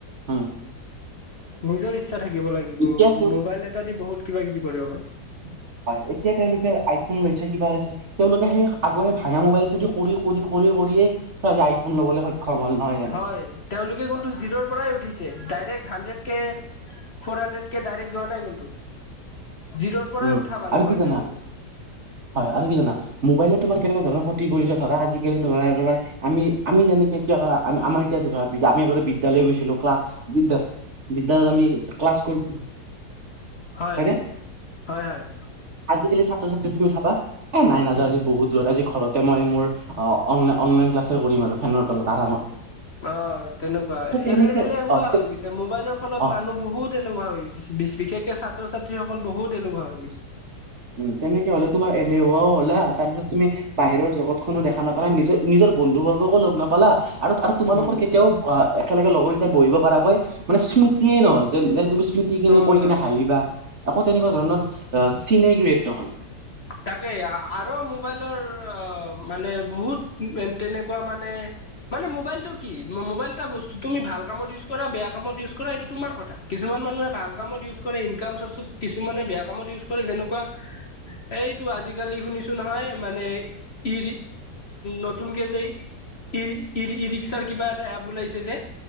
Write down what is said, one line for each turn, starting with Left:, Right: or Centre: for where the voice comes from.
Right: উম
Left: নিজৰ ইচ্ছা থাকিব লাগিব
Right: এতিয়া
Left: মোবাইল এটা দি বহুত কিবা কিবি কৰিব পাৰি
Right: উম হয় এতিয়া তেওঁলোকে আইফোন লৈছে কিবা লৈছে তেওঁলোকে সেই আগৰে ভাঙা মোবাইলটোদি কৰি কৰি কৰি কৰি আইফোন ল'বলৈ সক্ষম হ'ল নহয় জানো
Left: হয় তেওঁলোকে কোনু জিৰৰ পৰাই উঠিছে direct hundred K four hundred K direct যোৱা নাই কিন্তু জিৰ'ৰ পৰাই
Right: উম
Left: উঠা মানুহ
Right: আৰু কি
Left: হয়
Right: জানা
Left: তেওঁলোক
Right: হয় আৰু কি জানা মোবাইলে তোমাৰ কেনেকুৱা ধৰ ক্ষতি কৰিছে ধৰাজিকালি ধোমৰা তোাৰমি আমি যেনেকে এতিয়া ধ আ আমাৰ এতিয়া যে ধৰা যে আমিগতে বিদ্যালয় গছিলো ক্লা বিদ্যাৰ বিদ্যাৰত আমি ক্লাছ কৰি
Left: হয়
Right: হয়নে
Left: হয় হয়
Right: আজিকালি ছাত্ৰ ছাত্ৰ্ৰী তুমি চাবা হ নাই নাজযান আজি বহুত দৰ আজি ঘৰতে মই মোৰ অ অনলাই অনলাইন ক্লাছে কৰিম আৰু ফেনৰ তলত আৰামত
Left: অ তেনেকুৱা
Right: ত তেনেকে
Left: এ এলেহুৱা
Right: অ তে-
Left: হৈ গৈছে মোবাইলৰ ফোনত
Right: অ
Left: মানুহ বহুত বহুত এলোভা হৈ গৈছে বিশেষকে ছাত্ৰ ছাত্ৰীসকল বহুত এলভা হৈ গৈছে
Right: উম তেনেকে হলে তোমাৰ এলেহুৱাও হ'লা তাৰ পিছত তুমি বাহিৰৰ জগত ো দেখা নাপালা নিজে নিজৰ বন্ধু বৰ্গকো লগ নাপালা আৰু আৰু তোমালোকৰ
Left: উম
Right: কেতিয়াও একেলগে লগৰকেইটয়া বহিব পৰাকৈ মানে স্মৃতিয়ে নহল যেন যেন তুমি স্মৃতিখিনি
Left: নহল
Right: কৈ
Left: নহল
Right: কিনে হাঁহিবা আকৌ তেনেকুৱা ধৰণৰ চিনে ক্ৰিয়েট নহল
Left: তাকেই আৰু মোবাইলৰ আহ মানে বহুত তেনেকুৱা মানে মানে মোবাইলটো কি মোবাইল এটা বস্তু তুমি ভাল কামত ইউজ কৰা বেয়া কামত ইউজ কৰা এইটো তোমাৰ কথা কিছুমান কিছুমান মানুহে ভাল কামত ইউজ কৰে ইনকাম চৰ্চ কিছুমানে বেয়া কামত ইউজ কৰে যেনেকুৱা এইটো আজিকালি শুনিছো নহয় মানে ই নতুনক যে ই ই ই ৰিক্সাৰ কিবা এটা এপ ওলাইছে যে